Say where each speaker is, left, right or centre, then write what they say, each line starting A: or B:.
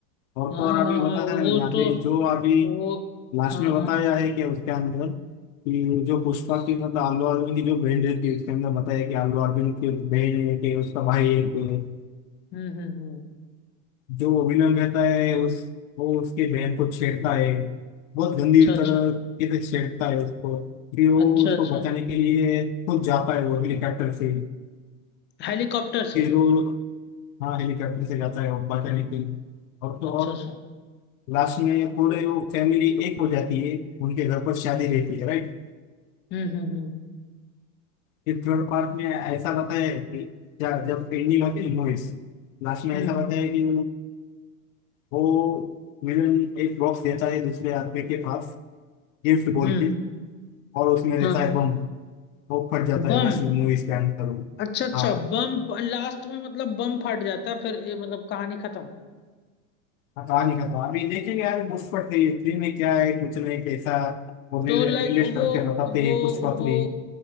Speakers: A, on the left; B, on the left.
A: और
B: हाँ
A: तो और अभी
B: हाँ हाँ
A: बताया
B: वो
A: ना मैंने
B: तो
A: अभी जो अभी
B: तो वो
A: लास्ट
B: हाँ
A: में
B: हाँ
A: बताया है कि उसके अंदर कि जो पुष्पा की मतलब आलू अर्जुन की जो बहन रहती है उसके अंदर बताया कि आलू अर्जुन की बहन है कि उसका भाई है कि
B: हम्म हम्म हम्म
A: जो वो विलन रहता है उस वो उसके बहन को छेड़ता है बहुत गंदी
B: अच्छा अच्छा
A: तरह के से छेड़ता है उसको फिर वो
B: अच्छा
A: उसको
B: अच्छा
A: बचाने के लिए खुद जाता है वो हेलीकॉप्टर से
B: हेलीकॉप्टर
A: फिर
B: से
A: वो हाँ हेलीकॉप्टर से जाता है वो बचाने के लिए और तो
B: अच्छा
A: और
B: अच्छा
A: लास्ट में पूरे वो फैमिली एक हो जाती है उनके घर पर शादी रहती है राइट
B: हम्म हम्म हम्म
A: फिर थर्ड पार्ट में ऐसा बताया है कि ज- जब एंडिंग होती है मूवीज लास्ट में
B: हम्म
A: ऐसा बताया है कि वो विलन एक बॉक्स देता है दूसरे आदमी के पास गिफ्ट बोल
B: हम्म हम्म।
A: के और उसमें रहता
B: हाँ
A: है बम वो फट जाता
B: बम
A: है लास्ट में मूवीज के अंदर वो।
B: अच्छा अच्छा
A: हाँ
B: बम लास्ट में मतलब बम फट जाता है, फिर ये मतलब कहानी खत्म
A: हाँ, कहानी का तो अभी देखेंगे यार पुष्पा थ्री थ्री में क्या है कुछ नहीं कैसा वो रिलेट
B: तो लाइक वो
A: करके बताते
B: वो
A: हैं पुष्पा
B: वो
A: थ्री